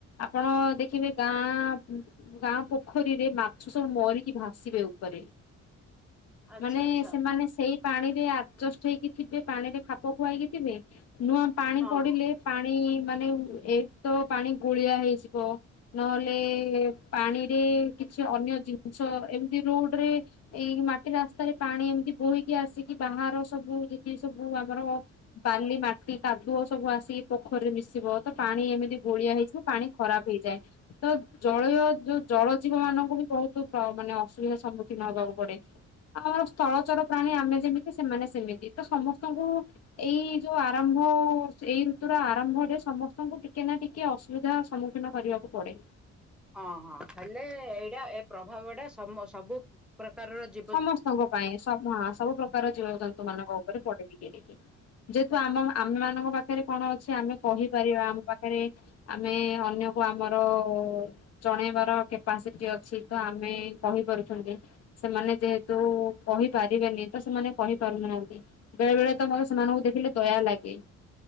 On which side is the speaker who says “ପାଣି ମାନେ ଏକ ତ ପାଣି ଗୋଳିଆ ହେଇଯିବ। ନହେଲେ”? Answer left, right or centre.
Left